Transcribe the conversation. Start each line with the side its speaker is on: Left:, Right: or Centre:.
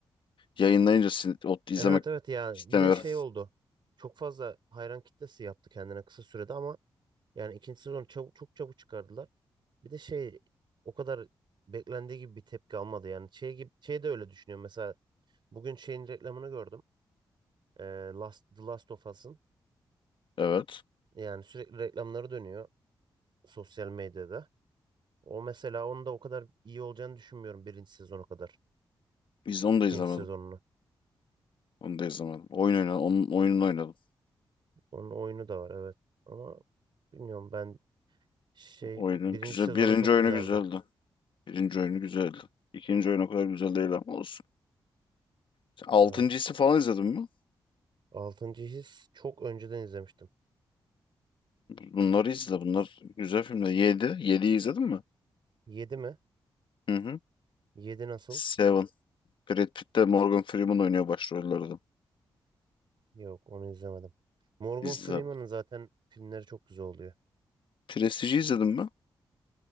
Left: yayınlayınca sin- o izlemek
Right: Evet evet yani
Left: istemiyorum.
Right: bir de şey oldu. Çok fazla hayran kitlesi yaptı kendine kısa sürede ama yani ikinci sezonu çabuk, çok çabuk çıkardılar. Bir de şey o kadar beklendiği gibi bir tepki almadı yani. Şey gibi şey de öyle düşünüyorum. Mesela bugün şeyin reklamını gördüm. Ee, Last, The Last of Us'ın
Left: Evet.
Right: yani sürekli reklamları dönüyor sosyal medyada. O mesela onun da o kadar iyi olacağını düşünmüyorum birinci sezonu kadar.
Left: İz onu
Right: İkinci
Left: da izlemedim.
Right: sezonunu.
Left: Onu da izlemedim. Oyun oynadım. Onun oyununu oynadım.
Right: Onun oyunu da var evet. Ama bilmiyorum ben Şey
Left: Oyunun
Right: ku- birinci
Left: güzel.
Right: sezonu
Left: Birinci
Right: çok
Left: oyunu
Right: güzeldi.
Left: güzeldi. Birinci oyunu güzeldi. İkinci oyun o kadar güzel değil ama olsun. Sen Altıncısı
Right: Evet.
Left: falan izledin mi?
Right: Altıncı His çok önceden izlemiştim.
Left: Bunları izle. Bunlar güzel filmler. Yedi. Yediyi izledin mi?
Right: Yedi mi?
Left: Hı hı.
Right: Yedi nasıl?
Left: Seven. Brad Pitt de Morgan Freeman oynuyor başrollerde.
Right: Yok onu izlemedim. Morgan
Left: İzle.
Right: Freeman'ın zaten filmleri çok güzel oluyor.
Left: Prestige'i izledin mi?